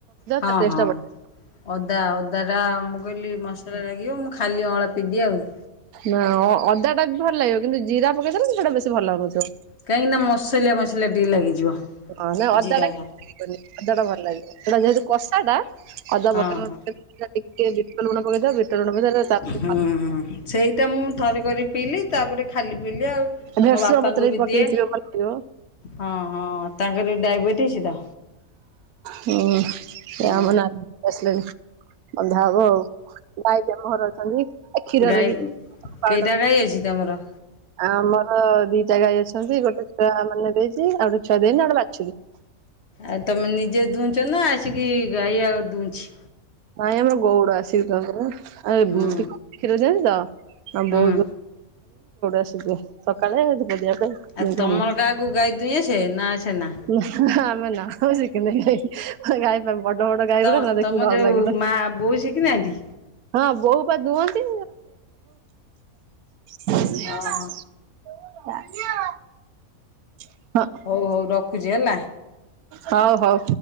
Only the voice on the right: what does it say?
ତା ଟେଷ୍ଟ
ଟା ବଢିଆ
ନା ଅ--ଅଦା ଟା ବି ଭଲ ଲାଗିବ କିନ୍ତୁ ଜିରା ପକେଇଦେଲେ ସେଟା ବେଶୀ ଭଲ ଲାଗୁଥିବ।
ହଁ ନାଇଁ ଅଦା
ଅଦା ଟା ଭଲ ଲାଗିବ ସେଟା ଯେହେତୁ କଷା ଟା ଅଦା
ପକେଇଲେ।
<inaudible> ଟିକିଏ ବିଟ ଲୁଣ ପକେଇଦବ ବିଟଲୁଣ ପକେଇଦେଇ ତା
ଭେରସୁଙ୍ଗା
ପତ୍ର
ପକେଇଥିବ
ଭଲ ଲାଗିବ।
ହୁଁ ସେ
ଆମ ନାନୀ ଆସିଲେଣି। ବନ୍ଧା ହବ ଆଉ। ଗାଈ ତମ ଘରେ ଅଛନ୍ତି। ଏ କ୍ଷୀରରେ
ବି ପାଉଡର
ଆମର ଦିଟା ଗାଈ ଅଛନ୍ତି। ଗୋଟେ ଛୁଆ ମାନେ ଦେଇଛି। ଆଉ ଗୋଟେ ଛୁଆ ଦେଇନି ଆଉ ଗୋଟେ ବାଛୁରୀ।
ନାଇଁ ଆମର ଗୌଡ଼ ଆସିକି ଦୁଅନ୍ତିନା। ଆଉ
କ୍ଷୀର ଦିଅନ୍ତି ତ। ଆଉ <unintelligible>
ଆସିଯିବେ। ସକାଳେ <unintelligible> ପାଇଁ।
ନେଇକି
ନା ଆମେ ନା ଶୁଖିନାହୁଁ ଗାଈ ଟା ବଡ ବଡ ଗାଈ
ଗୁଡା ନା ଦେଖି
ଡର
ଲାଗେ। ତ
ହଁ ବୋଉ ପା ଦୁହନ୍ତି। <unintelligible>
ହଁ।
ହଉ ହଉ।